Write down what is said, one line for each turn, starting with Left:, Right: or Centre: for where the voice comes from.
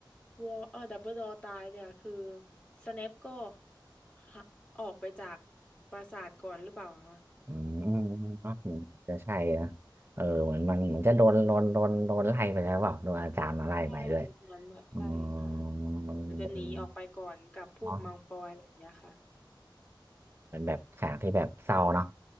Left: วอเออดับเบิลดอตายเนี่ยคือสเนปก็หะออกไปจากปราสาทก่อนหรือเปล่าคะ
Right: อืมอืมอืมเนาะเหมือนจะใช่นะเออเหมือนมันเหมือนจะโดนโดนโดนโดนไล่ไปแล้วเปล่าโดนอาจารย์มาไล่ไปด้วย
Left: ใช่เหมือนแบบใช่ค่ะ
Right: อืมอืมอืม
Left: มันจะหนีออกไปก่อนกับพวกมังฟอยอะไรอย่างเงี้ยค่ะ
Right: เนาะ เป็นแบบฉากที่แบบเศร้าเนาะ